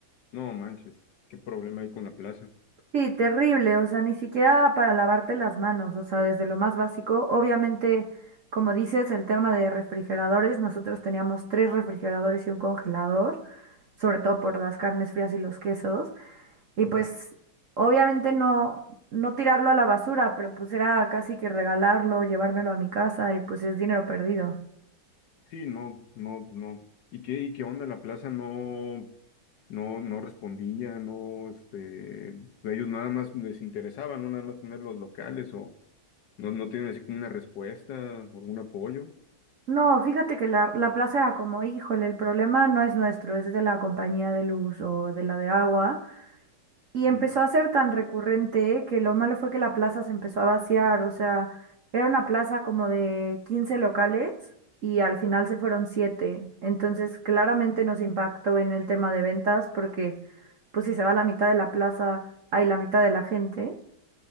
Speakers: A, on the left; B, on the right.
A: no manches, qué problema hay con la plaza.
B: Sí, terrible, o sea, ni siquiera para lavarte las manos, o sea, desde lo más básico. Obviamente, como dices, el tema de refrigeradores, nosotros teníamos tres refrigeradores y un congelador, sobre todo por las carnes frías y los quesos, y
A: Ujú.
B: pues obviamente no, no tirarlo a la basura, pero pues era casi que regalarlo, llevármelo a mi casa y pues es dinero perdido.
A: Sí, no, no, no. ¿Y qué, y qué onda? La plaza no, no, no respondía, no, este, ellos nada más les interesaba, no nada más tener los locales o no, no tienen así como una respuesta, algún apoyo.
B: No, fíjate que la, la plaza era como, híjole, el problema no es nuestro, es de la compañía de luz o de la de agua. Y empezó
A: Mm.
B: a ser tan recurrente que lo malo fue que la plaza se empezó a vaciar, o sea, era una plaza como de 15 locales y al final se fueron siete Entonces, claramente nos impactó en el tema de ventas porque, pues si se va la mitad de la plaza, hay la mitad de la gente